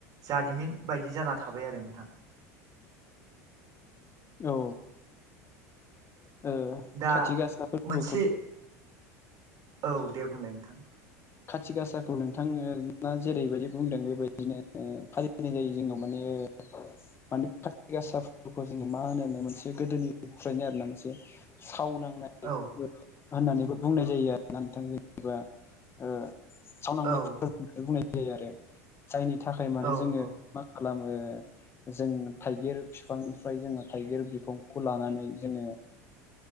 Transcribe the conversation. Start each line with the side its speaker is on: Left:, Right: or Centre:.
Right: जारिमिन बायदि जाना थाबाय आरो नोंथां।
Left: औ। ओ
Right: दा
Left: खाथि गासा फोरबोखौ
Right: मोनसे औ दे बुंलाय नोंथां
Left: खाथि गासाखौ नोंथाङा जेरै बायदि बुंदों बेबायदिनो फालिनाय जायो जोंनाव माने माने खाथि गासा फोरबोखौ जोङो मा होनोनो मोनसे गोदोनिफ्रायनो आरोना मोनसे साव नांनाय
Right: औ।
Left: होननानैबो बुंनाय जायो आरोना नोंथां जेनेबा ओ साव नांनाय
Right: औ
Left: होननानै बुंनाय जायो आरो जायनि थाखाय माने
Right: औ
Left: जोङो
Right: औ
Left: मा खालामो जों थाइगिर फिफांनिफ्राय जोङो थाइगिर बिखंखौ लानानै जोङो